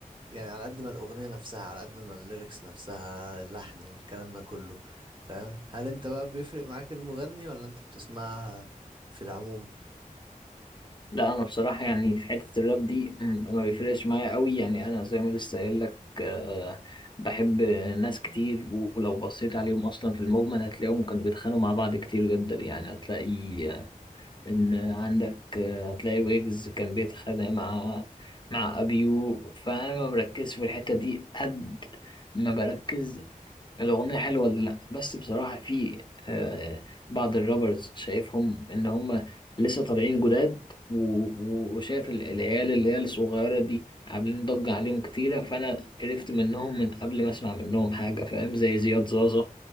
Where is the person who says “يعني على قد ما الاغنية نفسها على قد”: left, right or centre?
Right